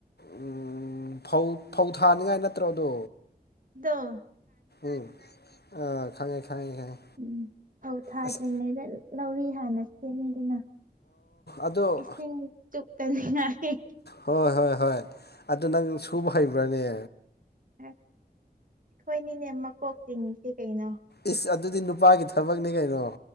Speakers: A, on the left; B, on the right.
A: ꯎꯝ ꯐꯧ ꯐꯧ ꯊꯥꯅꯤꯡꯉꯥꯏ ꯅꯠꯇ꯭ꯔꯣꯗꯣ
B: ꯗꯣ
A: ꯎꯝ ꯑꯥ ꯈꯉꯦ ꯈꯪꯉꯦ ꯈꯪꯉꯦ
B: ꯎꯝ ꯐꯧ ꯊꯥꯗ꯭ꯔꯤꯉꯩꯗ
A: ꯑꯁ
B: ꯂꯧꯔꯤ ꯍꯥꯟꯅ ꯁꯦꯃꯤꯗꯅ
A: ꯑꯗꯣ
B: ꯏꯁꯤꯡ ꯆꯨꯞꯇꯅꯤꯡꯉꯥꯏ
A: ꯍꯣꯏ ꯍꯣꯏ ꯍꯣꯏ ꯑꯗꯨ ꯅꯪ ꯁꯨꯕ ꯍꯩꯕ꯭ꯔꯥꯅꯦ
B: ꯑꯩꯈꯣꯏꯅꯤꯅꯦ ꯃꯀꯣꯛ ꯆꯤꯡꯉꯤꯁꯤ ꯀꯩꯅꯣ
A: ꯏꯁ ꯑꯗꯨꯗꯤ ꯅꯨꯄꯥꯒꯤ ꯊꯕꯛꯅꯤ ꯀꯩꯅꯣ